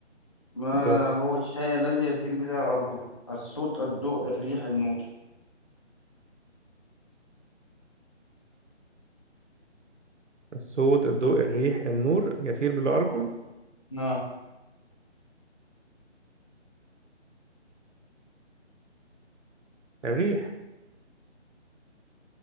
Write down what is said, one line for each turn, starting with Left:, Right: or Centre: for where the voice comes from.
Left: ما
Right: دور
Left: هو الشيء الذي يسير بلا أرجل الصوت الضوء الريح النور
Right: الصوت الضوء الريح النور يسير بلا ارجل
Left: آه. نعم
Right: الريح